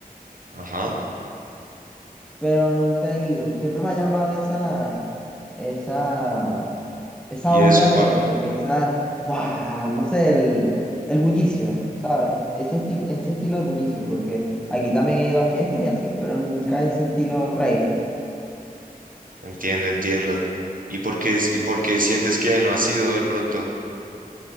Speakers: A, on the right; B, in the centre.
A: Ajá.
B: pero nunca he ido. Siempre me ha llamado esa, esa esa
A: ¿Y
B: onda
A: eso, por-
B: de, de, de esa, ¡guau! no sé, el, el bullicio, ¿sabes? Ese, esti- ese estilo de bullicio, porque aquí también he ido a fiestas y así, pero nunca ese estilo rave.
A: Entiendo, entiendo. ¿Y por qué, es- y por qué sientes que no ha sido de pronto?